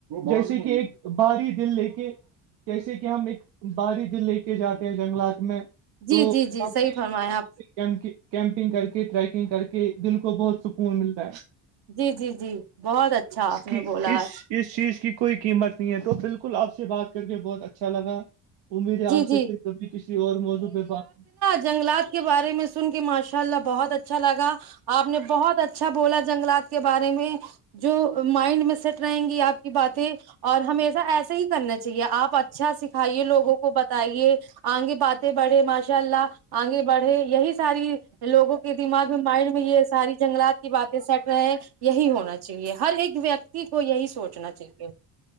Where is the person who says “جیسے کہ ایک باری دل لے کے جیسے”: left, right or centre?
Right